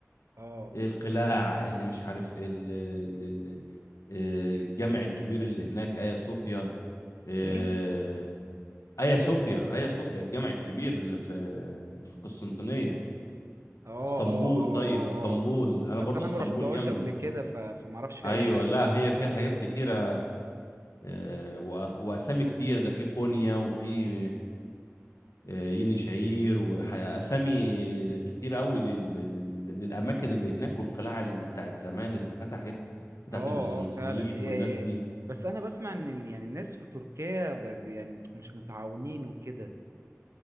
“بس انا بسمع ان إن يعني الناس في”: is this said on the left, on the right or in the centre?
Right